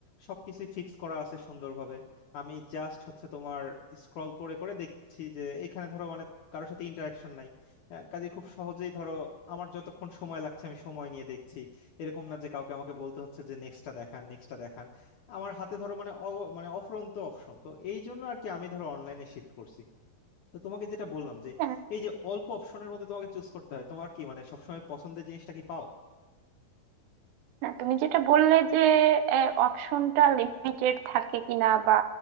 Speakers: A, on the left (about 70°); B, on the right (about 80°).
A: সবকিছুই ফিক্স করা আছে সুন্দরভাবে আমি জাস্ট হচ্ছে তোমার স্ক্রল করে করে দেখছি যে এখানে ধরো মানে কারোর সাথে ইন্টারাকশন নাই আহ, কাজে খুব সহজেই ধরো আমার যতক্ষণ সময় লাগছে আমি সময় নিয়ে দেখছি এরকম না যে কাউকে আমাকে বলতে হচ্ছে যে নেক্সটটা দেখান নেক্সটটা দেখান আমার হাতে ধরো মানে অ- মানে অফুরন্ত অপশন তো এই জন্য আর কি আমি ধরো অনলাইনে শিফট করছি তো তোমাকে যেটা বললাম যে
B: হ্যাঁ
A: এই যে অল্প অপশনের মধ্যে তোমাকে চুজ করতে হয় তোমার কি মানে সবসময় পছন্দের জিনিসটা কি পাও
B: হ্যাঁ, তুমি যেটা বললে যে অপশনটা লিমিটেড থাকে কিনা বা